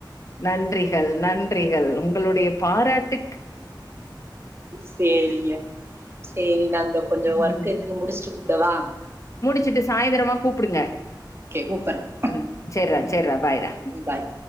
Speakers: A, on the left (about 40°); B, on the right (about 30°).
A: நன்றிகள் நன்றிகள் உங்களுடைய பாராட்டு
B: சேரிங்க சேரி நா அங்க கொஞ்சம் ஒர்க்
A: ம்.
B: இருக்கு முடிச்சிட்டு கூப்படவா
A: ச்சிட்டு சாயந்திரமா கூப்புடுங்க
B: கூப்பிடுறேன்
A: ம் செரா செரா பாய்டா
B: பாய்